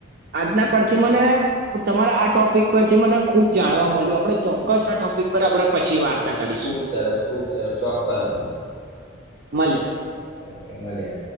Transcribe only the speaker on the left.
ખુબ સરસ ખુબ સરસ ચોક્કસ
ઓકે મળીએ